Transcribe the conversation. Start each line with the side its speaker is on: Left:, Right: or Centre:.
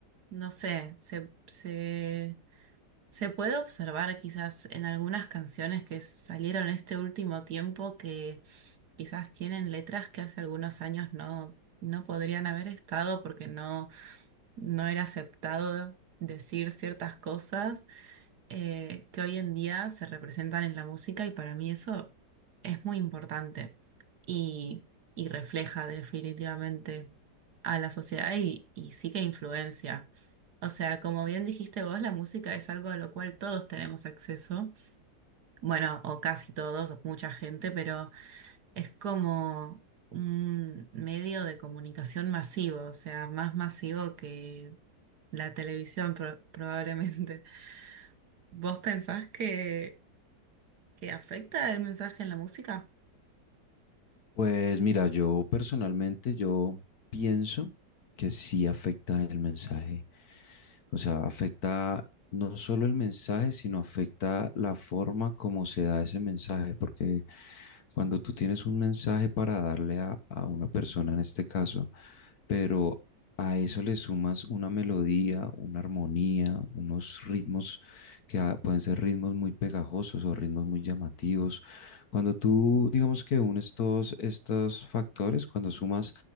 Right: no sé, se, se, se puede observar quizás en algunas canciones que salieron este último tiempo que quizás tienen letras que hace algunos años no, no podrían haber estado porque no no era aceptado decir ciertas cosas eh, que hoy en día se representan en la música y para mí eso es muy importante y, y refleja definitivamente a la sociedad y, y sí que influencia. O sea, como bien dijiste vos, la música es algo a lo cual todos tenemos acceso, bueno, o casi todos, o mucha gente, pero... Es como un medio de comunicación masivo, o sea, más masivo que la televisión pro- probablemente. <laughs> ¿Vos pensás que, que afecta el mensaje en la música?
Left: Pues mira, yo personalmente yo pienso que sí afecta el mensaje. O sea, afecta no solo el mensaje, sino afecta la forma como se da ese mensaje, porque cuando tú tienes un mensaje para darle a a una persona en este caso, pero a eso le sumas una melodía, una armonía, unos ritmos que ah, pueden ser ritmos muy pegajosos o ritmos muy llamativos. Cuando tú, digamos que unes todos estos factores, cuando sumas